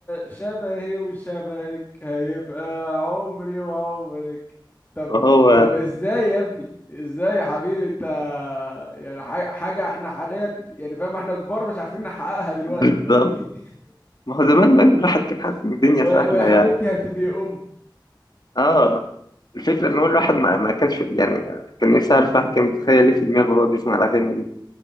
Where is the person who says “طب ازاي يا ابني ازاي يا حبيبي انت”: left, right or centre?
Left